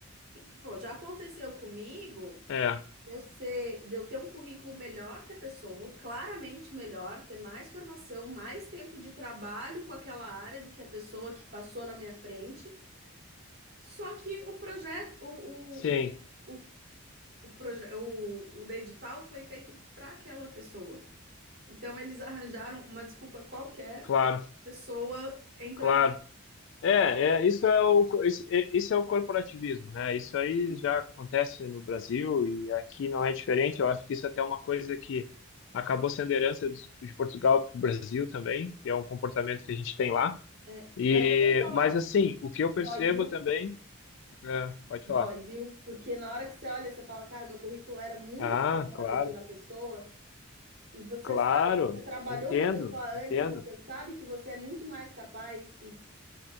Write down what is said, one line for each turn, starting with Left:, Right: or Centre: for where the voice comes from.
Right: E, pô, já aconteceu comigo
Left: É,
Right: de eu ser, de eu ter um currículo melhor que a pessoa, claramente melhor, ter mais formação, mais tempo de trabalho com aquela área do que a pessoa que passou na minha frente. Só que o projeto, o, o,
Left: sim,
Right: o, o, o, proje- o, o edital foi feito para aquela pessoa. Então, eles arranjaram uma desculpa qualquer
Left: claro,
Right: para a pessoa entrar
Left: claro. É, é, isso é o, isso, é isso é o corporativismo, né? Isso aí já acontece no Brasil e aqui não é diferente. Eu acho que isso até é uma coisa que acabou sendo herança dos- de Portugal para o Brasil também, que é um comportamento que a gente tem lá.
Right: É,
Left: E,
Right: mas eu vou te falar,
Left: mas assim, o que eu
Right: dói,
Left: percebo
Right: viu?
Left: também, é, pode
Right: Dói,
Left: falar.
Right: viu? Porque na hora que você olha, você fala, cara, meu currículo era muito
Left: Ah,
Right: melhor
Left: claro,
Right: do que o da pessoa, e você
Left: claro,
Right: sabe, você trabalhou
Left: entendo,
Right: com a pessoa
Left: entendo,
Right: antes, e você sabe que você é muito mais capaz, e,